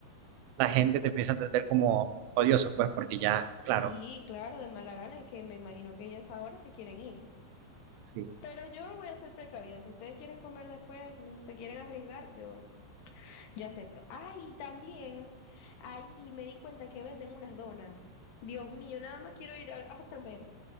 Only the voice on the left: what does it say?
Sí,
claro, de mala gana, es que me imagino que ellas ahora se quieren ir.
Pero yo voy a ser precavida. Si ustedes quieren comer después, no se quieren arriesgar, yo, yo acepto. Ay, también ahí me di cuenta que venden unas donas. Dios mío, nada más quiero ir a, a comer.